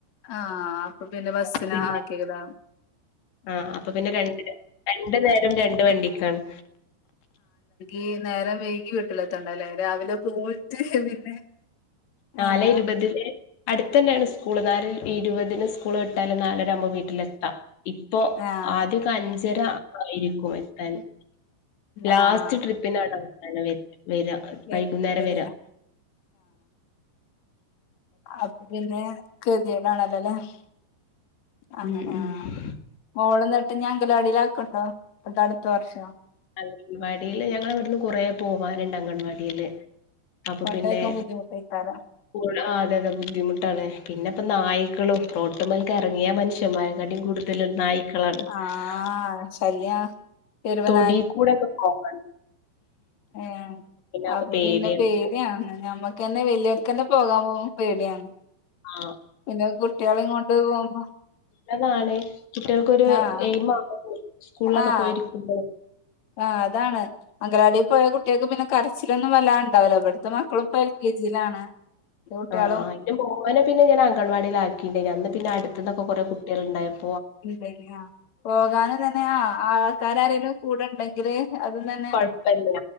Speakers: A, on the left; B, on the left.
A: ആഹ് ആഹ് അപ്പൊ പിന്നെ ബസിന്
B: അപ്പൊ പിന്നെ
A: ആക്കി വിടാം
B: ആഹ് അപ്പൊ പിന്നെ രണ്ട് രണ്ടു നേരോം രണ്ട് വണ്ടിക്കാണ്.
A: ഈ നേരം വൈകി വിട്ടലെത്തണ്ട അല്ലേ രാവിലെ പോയിട്ട് പിന്നെ
B: നാലേ
A: ആഹ്
B: ഇരുപതിനേ അടുത്തന്നെയാണ് സ്കൂള് നാല് ഇരുപതിന് സ്കൂള് വിട്ടാലും നാലര ആവുമ്പോ വീട്ടിലെത്താം ഇപ്പൊ
A: ആഹ്
B: ആദ്യക്കെ അഞ്ചര ആയിരിക്കും എത്താന്. ലാസ്റ്റ്
A: ആഹ്
B: ട്രിപ്പിനാണ് അവസാനം വെരുന്നെ വെരാം
A: വ
B: വൈകുന്നേരം
A: വരിക
B: വെരാം
A: അഹ് പിന്നെ ഗതികേട് ആണല്ലോ അല്ലേ മ്ഹ് അങ്ങന
B: ഉം ഉം
A: ആഹ് മോള് എന്താണ് ഇപ്പ ഞാൻ അംഗനവാടിയിലാക്കുമ്പോ അത് അടുത്ത വർശോം
B: അംഗൻവാടീല് ഞങ്ങള ഇവിടുന്ന് കൊറേ പോവാനുണ്ട് അംഗൻവാടിയില്. അപ്പൊ
A: കൊണ്ടാക്കാൻ
B: പിന്നെ
A: ബുദ്ധിമുട്ടേക്കാരം
B: ക അതെ അതെ ബുദ്ധിമുട്ടാണ്. പിന്നെ ഇപ്പം നായ്ക്കളുംറോട്മ്മേലക്ക ഇറങ്ങിയ മനുഷ്യൻമാരെ കൂടുതൽ നായ്ക്ക് <unintelligible>
A: ആഹ് ശല്യം തെരുവ്
B: തൊടി കൂടെ ഒക്കെ പോവൺ
A: ഏയെ
B: അത്
A: അപ്പൊ
B: പേടിയാണ്
A: പിന്നെ പേടിയാ ഞമ്മക്ക് തന്നെ വലിയോർക്ക് തന്നെ പോകാവൊ പേടിയാണ്
B: ആ
A: പിന്നെ കുട്ടികളെയും കൊണ്ട് പോകുമ്പോ
B: നല്ലതാണ് കുട്ടികൾക്കൊരു
A: ആഹ്
B: എയിമാണ് സ്കൂളിലൊക്കെ
A: ആഹ്
B: പോയിരിക്കുമ്പളെ
A: ആഹ് അതാണ് അംഗലവാടിൽ പോയ കുട്ടികക്ക് പിന്നെ- കരച്ചിലൊന്നും വലുതായി ഒണ്ടാവില്ല ഇവിടത്തെ മക്കളും ഇപ്പൊ എൽ കെ ജിയിലാണ് കുട്ടികളും
B: ആ അതിന്റെ മൂത്തേനെ പിന്നെ ഞാൻ അംഗൻവാടിയില് ആക്കി അന്ന് പിന്നെ അടുത്തന്നൊക്കെ കൊറേ കുട്ടികളയുണ്ടായിരുന്നു
A: ഇണ്ടെങ്കി ആഹ് പോകാനും തന്നെ ആഹ് ആൾക്കാര് ആരേങ്കിലും കൂടെ ഉണ്ടെങ്കില് അത് ന്ന
B: കൊഴപ്പില്ല